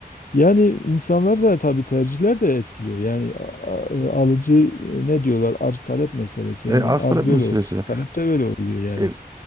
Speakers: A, on the left; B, on the right.
A: Yani insanlar da tabii tercihler de etkiliyor. Yani a- a- e, alıcı e, ne diyorlar? Arz talep meselesi.
B: E,
A: Yani
B: arz
A: arz
B: talep
A: böyle
B: meselesi.
A: oluyor, talep de böyle oluyor yani.
B: E,